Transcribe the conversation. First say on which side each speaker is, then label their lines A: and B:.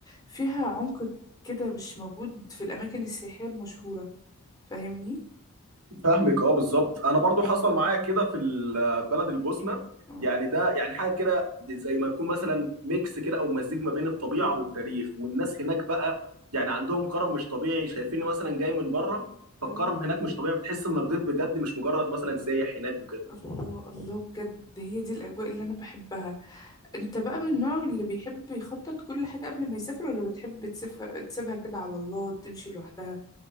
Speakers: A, on the left; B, on the right.
A: فيها عمق كده مش موجود في الاماكن السياحية المشهورة فاهمني
B: فاهمك اه بالظبط انا
A: اه
B: برضو حصل معايا كده في ال- بلد البوسنه
A: اه
B: يعني ده يعني حاجه كده زي ما يكون مثلا ميكس كده او مزيج ما بين الطبيعه
A: اوه
B: والتاريخ والناس
A: الله
B: هناك بقى يعني عندهم كرم مش طبيعي شايفيني مثلا جاي من بره فالكرم
A: ايوه
B: هناك مش طبيعي بتحس انك ضيف بجد مش مجرد مثلا سايح هناك وكده
A: الله الله بجد هي دي الاجواء اللي انا بحبها انت بقى من النوع اللي بيحب يخطط كل حاجة قبل ما يسافر ولا بتحب تسيف... تسيبها كده على الله تمشي لوحدها